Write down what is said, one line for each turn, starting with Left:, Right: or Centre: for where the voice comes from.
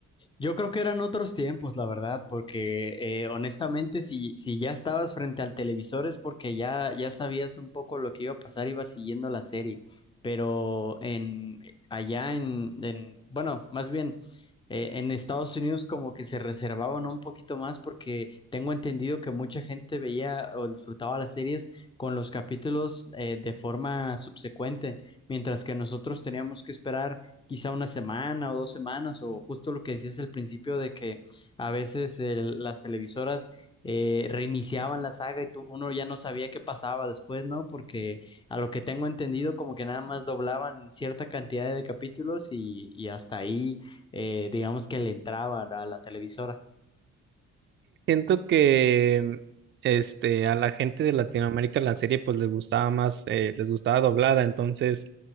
Left: Yo creo que eran otros tiempos, la verdad, porque eh, honestamente, si, si ya estabas frente al televisor es porque ya, ya sabías un poco lo que iba a pasar, ibas siguiendo la serie. Pero en eh, allá en, en- bueno, más bien eh, en Estados Unidos como que se reservaban un poquito más porque tengo entendido que mucha gente veía o disfrutaba las series con los capítulos eh, de forma subsecuente, mientras que nosotros teníamos que esperar quizá una semana o dos semanas, o justo lo que decías al principio de que a veces el- las televisoras eh, reiniciaban la saga y tú, uno ya no sabía qué pasaba después, ¿no? Porque a lo que tengo entendido, como que nada más doblaban cierta cantidad de capítulos y, y hasta ahí, eh, digamos que le entraban a la televisora.
Right: Siento que este, a la gente de Latinoamérica la serie pues les gustaba más, eh, les gustaba doblada. Entonces,